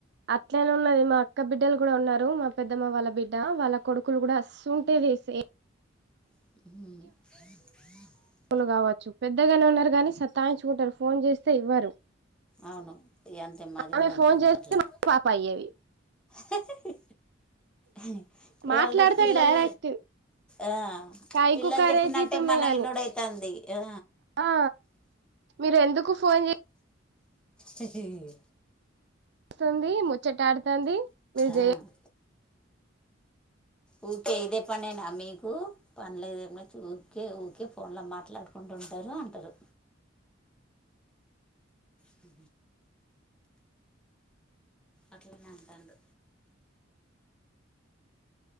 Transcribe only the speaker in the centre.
హ
అవును అంతే మాది
కూడా అంతే
అంది
అట్లనే
హె హె హె ఇవాళ్ట
పిల్లల్
ఆ
పిల్లలు
చెప్పినట్టే
మన
వినుడైతుంది ఆ
హె హె హి
ఆ
ఊకే ఇదే పనేనా మీకు పనులేదు ఏంలేదు ఊకే ఊకే ఫోన్ లో మాట్లాడుకుంటూ ఉంటారు అంటారు. హ అట్లనే అంటాండు